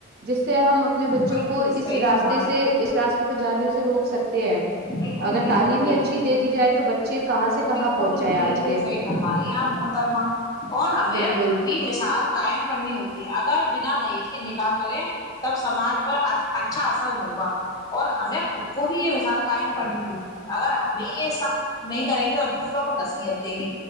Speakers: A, on the right; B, on the left.
A: جس سے ہم اپنے بچوں
B: بالکل
A: کو
B: صحیح
A: اس راستے
B: فرما رہی
A: سے
B: ہیں
A: اس راستے بجاوے سے روک سکتے
B: بالکل
A: اگر
B: بالکل
A: تعلیم
B: بالکل
A: ہی اچھی دے دی جائے تو بچ یہ کہاں سے کہاں
B: بالکل
A: پہنچ جائیں آج
B: بالکل
A: کے
B: صحیح فرما رہی ہیں آپ محترما اور ہمیں
A: بالکل
B: خود بھی مثال قائم کرنی ہوگی اگر بنا دہج کے نکاح کریں تب سماج پر اچھا اثر ہوگا اور ہمیں خود کو بھی یہ مثال قائم کرنی ہوگی اگر ہمیں یہ سب نہیں کریں گے اور دوسروں کو نصیحت دیں گے